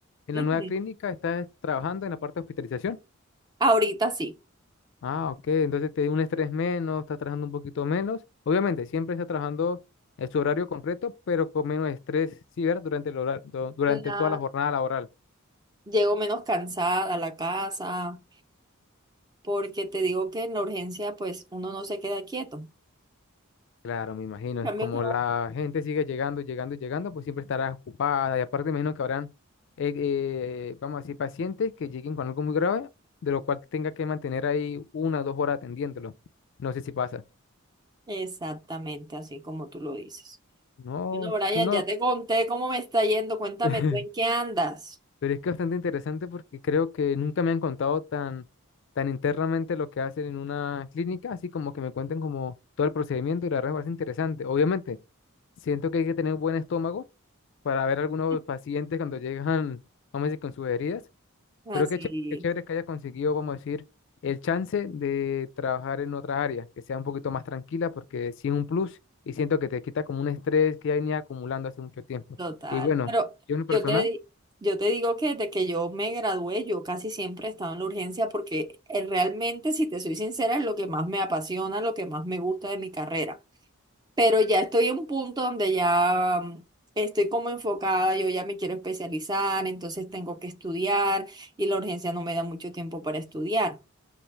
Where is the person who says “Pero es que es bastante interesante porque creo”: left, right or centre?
Left